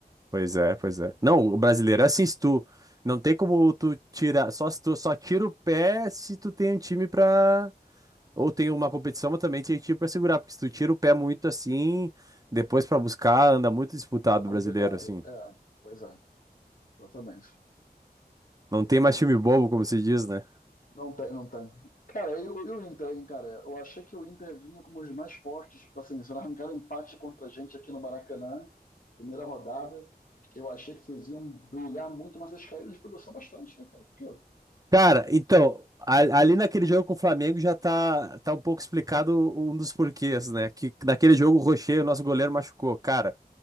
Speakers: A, on the right; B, on the left.
A: pois é, pois é. Não, o brasileiro é assim, se tu. Não tem como tu tirar. Só se tu só tira o pé se tu tem um time pra. Ou tem uma competição, mas também tem time pra segurar. Porque se tu tira o pé muito assim, depois pra buscar, anda muito disputado
B: É complicado.
A: o brasileiro, assim.
B: É, pois é, exatamente.
A: Não tem mais time bobo, como se diz, né?
B: Não tem, não tem. Cara, e o e o Inter, hein, cara? Eu achei que o Inter vinha como os mais fortes, tipo assim, se não arrancaram empate contra a gente aqui no Maracanã, primeira rodada, eu achei que vocês iam brilhar muito, mas eles caíram de produção bastante, né, cara? O que que houve?
A: Cara, então, a- ali naquele jogo com o Flamengo já tá, tá um pouco explicado um dos porquês, né? Que naquele jogo o Rocher, o nosso goleiro, machucou. Cara.